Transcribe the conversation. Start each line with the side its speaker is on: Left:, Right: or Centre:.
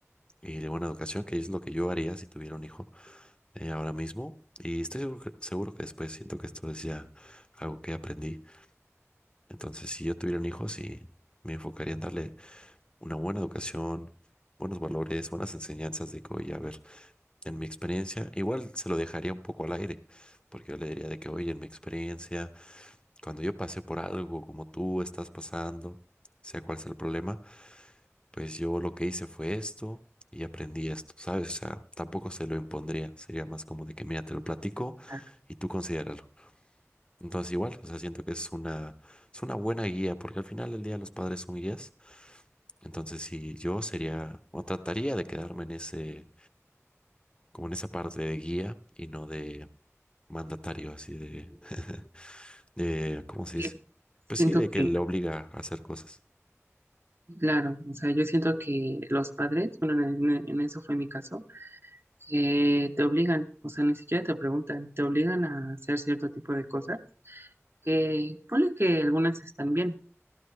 Left: y de buena educación, que es lo que yo haría si tuviera un hijo eh, ahora mismo. Y estoy seguro que, seguro que después siento que esto es ya algo que aprendí entonces, si yo tuviera un hijo, sí, me enfocaría en darle una buena educación, buenos valores, buenas enseñanzas de que, oye, a ver, en mi experiencia, igual se lo dejaría un poco al aire, porque yo le diría de que, oye, en mi experiencia, cuando yo pasé por algo como tú estás pasando, sea cual sea el problema, pues yo lo que hice fue esto y aprendí esto, ¿sabes? O sea, tampoco se lo impondría, sería más como de que, mira, te
Right: mm,
Left: lo platico
Right: claro,
Left: y tú considéralo. Entonces igual, o sea, siento que es una, es una buena guía, porque al final del día los padres son guías. Entonces si yo sería, o trataría de quedarme en ese, como en esa parte de guía y no de mandatario, así de, <laughs> de, ¿cómo se
Right: eh,
Left: dice? Pues
Right: siento
Left: sí, de que
Right: que,
Left: le obliga a hacer cosas.
Right: claro, o sea, yo siento que los padres, bueno, en, en- en eso fue mi caso, que te obligan, o sea, ni siquiera te preguntan, te obligan a hacer cierto tipo de cosas, que ponle que algunas están bien,